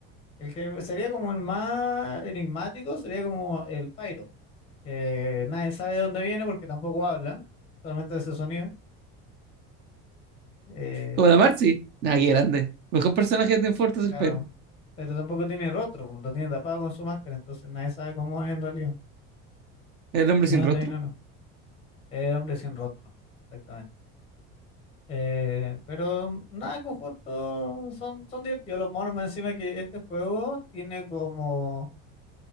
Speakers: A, on the left; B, on the right.
A: el que sería como el más enigmático sería como el Pyro, que nadie sabe de dónde viene porque tampoco habla, solamente de ese sonido. Eh,
B: Como la Marcy. Ah, qué grande. Mejor personaje de Team Fortress
A: claro,
B: el
A: pero tampoco tiene rostro, lo tiene tapado con su máscara, entonces nadie sabe cómo es en realidad,
B: El hombre
A: ni
B: sin
A: dónde
B: rostro.
A: vino, no. Es hombre sin rostro. Exactamente. Eh, pero nada, en conjunto son, son divertidos los monos, más encima que este juego tiene como,